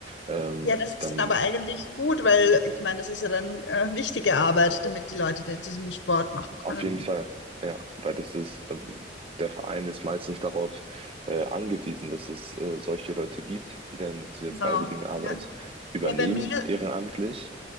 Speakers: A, on the right; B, on the left.
A: ähm,
B: Ja, das ist
A: dann
B: dann aber eigentlich gut, weil ich meine, das ist ja dann äh, wichtige Arbeit, damit die Leute die- diesen Sport machen können.
A: auf jeden Fall, ja, weil das ist, ähm, der Verein ist meistens darauf äh, angewiesen, dass es äh, solche Leute gibt, die dann diese
B: Genau.
A: freiwillige Arbeit
B: Ja,
A: übernehmen,
B: ja bei mir
A: ehrenamtlich.